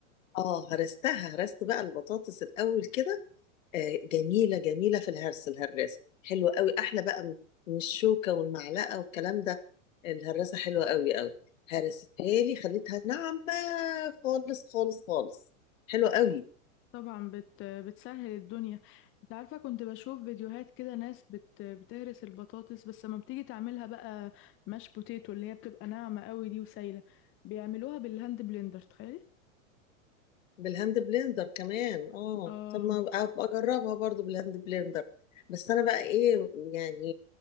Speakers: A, on the left (about 70°); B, on the left (about 30°).
A: اه هرستها هرست بقى البطاطس الاول كده آه، جميله جميله في الهرس الهراسه حلوه قوي احلى بقى من من الشوكه والمعلقه والكلام ده الهراسه حلوه قوي قوي هرستها لي خليتها ناعمه خالص خالص خالص حلوه قوي
B: طبعا بت بتسهل الدنيا انت عارفة كنت بشوف فيديوهات كده ناس بت بتهرس البطاطس بس لما بتيجي تعملها بقى ماش بوتيتو اللي هي بتبقى ناعمة قوي دي وسايلة بيعملوها بالهاند بلندر تخيلي
A: بالهاند بلندر كمان اه
B: اه
A: طب ما أبقى اجربها برضو بالهاند بلندر بس انا بقى ايه يعني